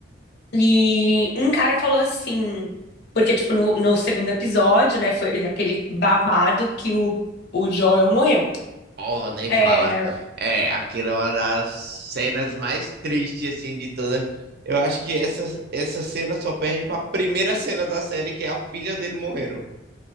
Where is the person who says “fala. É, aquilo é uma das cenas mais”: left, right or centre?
Right